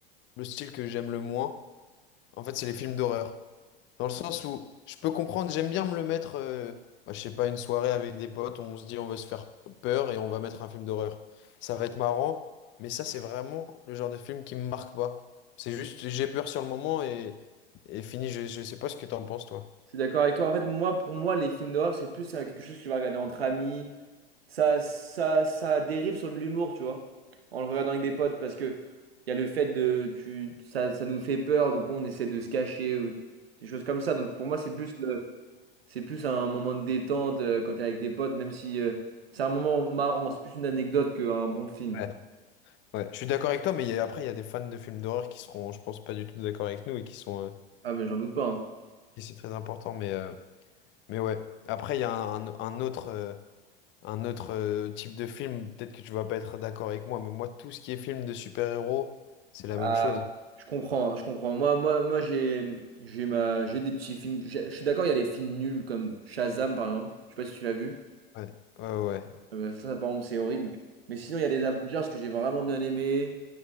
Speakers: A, on the left; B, on the right.
A: le style que j'aime le moins, En fait, c'est les films d'horreur. Dans le sens où je peux comprendre, j'aime bien me le mettre, euh, bah, je sais pas, une soirée avec des potes, on se dit on veut se faire peur et on va mettre un film d'horreur. Ça va être marrant, mais ça, c'est vraiment le genre de film qui me marque pas. C'est juste, j'ai peur sur le moment et, et fini, je, je sais pas ce que t'en penses, toi.
B: Je suis d'accord avec toi. En fait, moi, pour moi, les films d'horreur, c'est plus euh, quelque chose que tu vas regarder entre amis. ça, ça, ça dérive sur de l'humour, tu vois, en le regardant avec des potes, parce que il y a le fait de, tu, ça, ça nous fait peur, donc on essaie de se cacher, ou des choses comme ça. Donc pour moi, c'est plus, le- c'est plus un moment de détente euh, quand t'es avec des potes, même si euh, c'est un moment marrant, c'est plus une anecdote qu'un bon film.
A: Ouais. Ouais, je suis d'accord avec toi, mais il y a- après, il y a des fans de films d'horreur qui seront, je pense, pas du tout d'accord avec nous et qui sont, euh,
B: Ah mais j'en doute pas. hein.
A: et c'est très important, mais, euh, mais ouais. Après, il y a un, un- un autre. euh, un autre euh, type de film, peut-être que tu vas pas être d'accord avec moi, mais moi, tout ce qui est film de super-héros, c'est la
B: Ah,
A: même chose.
B: je comprends, je comprends. Moi, moi, moi, j'ai, j'ai ma, j'ai des petits films. J'ai- Je suis d'accord, il y a les films nuls comme Shazam par exemple. Je sais pas si tu l'as vu.
A: Ouais, ouais, ouais.
B: Ah bah ça, par exemple, c'est horrible. Mais sinon, il y a des Avengers que j'ai vraiment bien aimé.